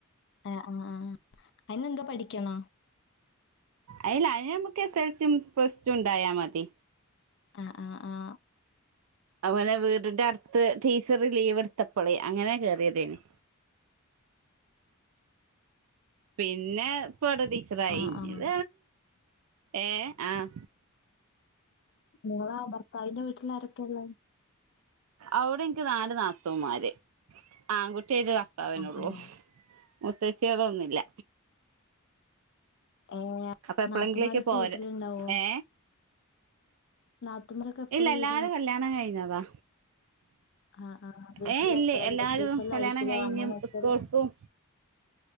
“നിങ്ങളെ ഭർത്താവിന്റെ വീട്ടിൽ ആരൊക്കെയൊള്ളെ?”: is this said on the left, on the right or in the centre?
Left